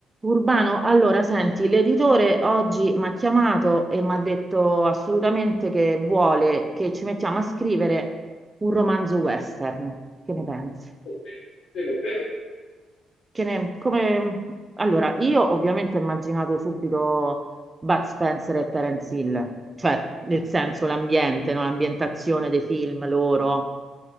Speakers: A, on the right; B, on the left.
A: Urbano, allora senti, l'editore oggi mi ha chiamato e mi ha detto assolutamente che vuole che ci mettiamo a scrivere un romanzo western. Che ne pensi?
B: Ok, e va bene,
A: Che ne- come- Allora, io ovviamente ho immaginato subito Bud Spencer e Terence Hill, cioè nel senso l'ambiente, no? L'ambientazione dei film loro.